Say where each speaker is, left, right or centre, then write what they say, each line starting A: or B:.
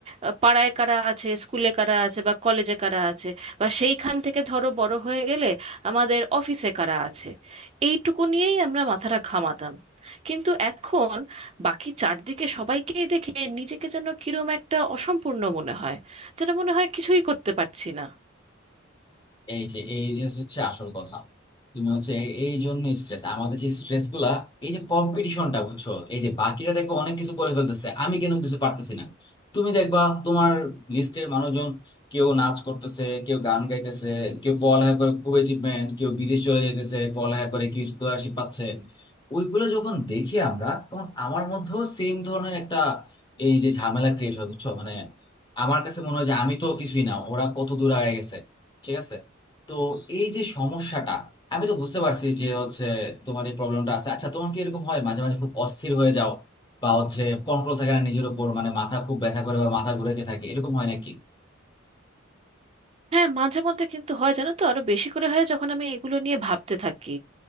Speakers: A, on the right; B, on the left.
A: আহ, পাড়ায় কারা আছে স্কুলে কারা আছে বা কলেজে কারা আছে বা সেইখান থেকে ধরো বড় হয়ে গেলে আমাদের অফিসে কারা আছে এইটুকু নিয়েই আমরা মাথাটা ঘামাতাম কিন্তু এখন বাকি চারদিকে সবাইকেই দেখে নিজেকে যেন কিরম একটা অসম্পূর্ণ মনে হয় যেন মনে হয় কিছুই করতে পারছি না
B: এই যে এই যে হচ্ছে আসল কথা তুমি হচ্ছে এ- এই জন্য স্ট্রেস আমাদের যে স্ট্রেস গুলা এই যে কম্পিটিশনটা বুঝছো এই যে বাকিরা দেখো অনেক কিছু করে ফেলতেছে আমি কেন কিছু পারতেছি না তুমি দেখবা তোমার লিস্টের মানুষজন কেউ নাচ করতেছে কেউ গান গাইতেছে কেউ পড়ালেখা করে খুব অ্যাচিভমেন্ট কেউ বিদেশ চলে যাইতেছে পড়ালেখা করে কেউ স্কলারশিপ পাচ্ছে ওইগুলো যখন দেখি আমরা তখন আমার মধ্যেও সেম ধরনের একটা এই যে ঝামেলা ক্রিয়েট হয় বুঝছো মানে আমার কাছে মনে হয় যে আমি তো কিছুই না ওরা কত দূর আগে গেছে ঠিক আছে তো এই যে সমস্যাটা আমি তো বুঝতে পারছি যে হচ্ছে তোমার এই প্রবলেমটা আছে আচ্ছা তোমার কি এরকম হয় মাঝে মাঝে খুব অস্থির হয়ে যাও বা হচ্ছে কন্ট্রোল থাকে না নিজের উপর মানে মাথা খুব ব্যথা করে বা মাথা ঘুরাইতে থাকে এরকম হয় নাকি
A: হ্যাঁ মাঝে মধ্যে কিন্তু হয় জানো তো আরো বেশি করে হয় যখন আমি এগুলো নিয়ে ভাবতে থাকি